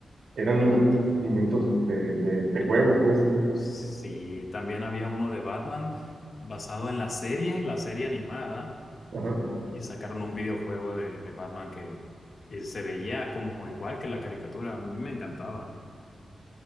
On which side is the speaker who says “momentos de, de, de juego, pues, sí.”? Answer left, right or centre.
Right